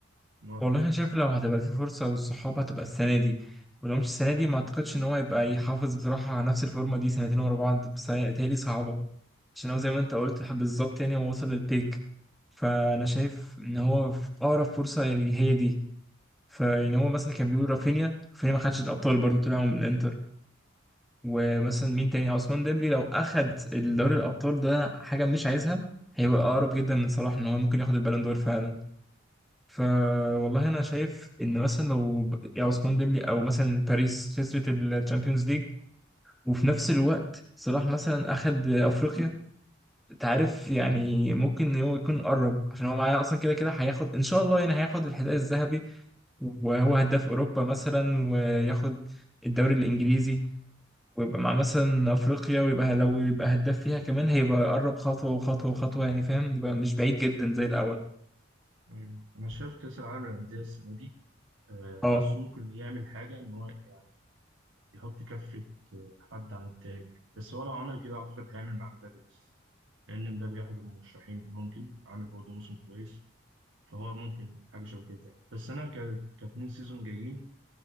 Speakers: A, on the right; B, in the centre.
A: إن هو ياخدها؟
B: والله انا شايف لو هتبقى في فرصه والصحاب هتبقى السنه دي ولو مش السنه دي ما اعتقدش ان هو يبقى يحافظ بصراحه على نفس الفورمه دي سنتين ورا بعض بس بتهيألي صعبه عشان هو زي ما انت قلت بالظبط يعني هو وصل للبيك فانا شايف ان هو في اقرب فرصه يعني هي دي فيعني هو مثلا كان بيقول رافينيا رافينيا ما خدش الابطال برضو طلع من الانتر ومثلا مين تاني عثمان ديمبلي لو اخد دوري الابطال ده حاجه مش عايزها هيبقى اقرب جدا من صلاح ان هو ممكن ياخد البالون دور فعلا فوالله انا شايف ان مثلا لو ب- يا عثمان ديمبلي او مثلا باريس خسرت الشامبيونز ليج وفي نفس الوقت صلاح مثلا اخد افريقيا انت عارف يعني ممكن هو يكون قرب عشان هو معاه اصلا كده كده هياخد ان شاء الله يعني هياخد الحذاء الذهبي وهو هداف اوروبا مثلا وياخد الدوري الانجليزي ويبقى مع مثلا افريقيا ويبقى لو يبقى هداف فيها كمان هيبقى يقرب خطوه وخطوه وخطوه يعني فاهم يبقى مش بعيد جدا زي الاول
A: أيوه أنا شايف كأس العالم للأندية السنة دي آه،
B: اه
A: حاسه ممكن يعمل حاجة إن هو يعني يحط كفة آه، حد عن التاني يعني بس هو لو عمل كده أعتقد هيعمل مع مبابي بس لأن مبابي أحد المرشحين ممكن عامل برضه موسم كويس فهو ممكن حاجة شبه كده تعمل بس أنا ك... كاتنين سيزون جايين